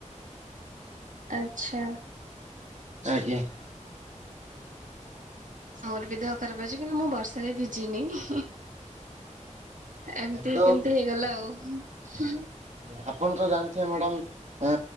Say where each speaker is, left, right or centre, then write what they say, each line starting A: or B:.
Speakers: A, on the right (about 80°); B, on the right (about 65°).
A: ଆଚ୍ଛା।
B: ଆଜ୍ଞା।
A: ମୋର ବି ଦେହ ଖରାପ ଅଛି। କିନ୍ତୁ ମୁଁ ବର୍ଷାରେ ଭିଜିିନି। ଓ ହିଁ। ଏମିତି
B: ତ
A: କେମିତି ହେଇଗଲା ଆଉ।
B: ଲେ-ଆପଣ ତ ଜାଣିଥିବେ ମ୍ୟାଡାମ୍ ଆ,